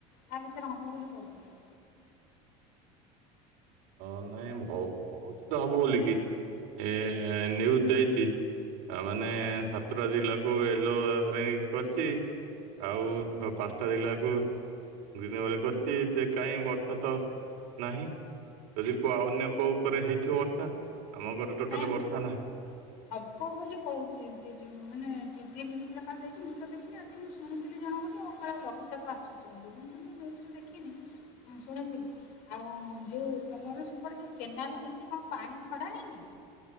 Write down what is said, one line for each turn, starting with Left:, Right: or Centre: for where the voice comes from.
Left: ଆ ଭିତରେ ହବ ବୋଲି କହୁଥିଲେ।
Right: ହଁ ନାଇଁ କହୁ କହୁଛି ତ ହବ ବୋଲିକି ଏ ନିଉଜ୍ ଦେଇଚି। ଆ ମାନେ ସାତୁଟା ଜିଲ୍ଲାକୁ ଏଲୋ ୱାର୍ଣିଂ କରିଚି। ଆଉ ଛ ପାଷାଁଟା ଜିଲ୍ଲାକୁ ଗ୍ରୀନେ୍ <unintelligible> କରିଚି ଯେ କାହିଁ ବର୍ଷା ତ ନାହିଁ। ଯଦି କୋଉ ଅନ୍ୟ କୋଉ ଉପରେ ହେଇଥିବ ବର୍ଷା ଆମ ଘରେ ଟୋଟାଲ
Left: ନାଇଁ
Right: ବର୍ଷା ନାହିଁ।
Left: ହବ ବୋଲି କହୁଛି ମାନେ ଟିଭି ନ୍ୟୁଜରେ ଦେଇଛି ମୁଁ ତ ଦେଖିନି ଆଜି ଶୁଣିଥିଲି ଜଣଙ୍କଠୁ କାଳେ ଲଘୁଚାପ ଆସୁଛି ବୋଲି ମୁଁ କିନ୍ତୁ ନ୍ୟୁଜରେ ଦେଖିନି ଶୁଣିଥିଲି। ଆଉ ଯୋଉ ତମର ସେପଟେ ଯେଉଁ କେନାଲ ହେଇଛି କଣ ପାଣି ଛଡ଼ା ହେଇନି।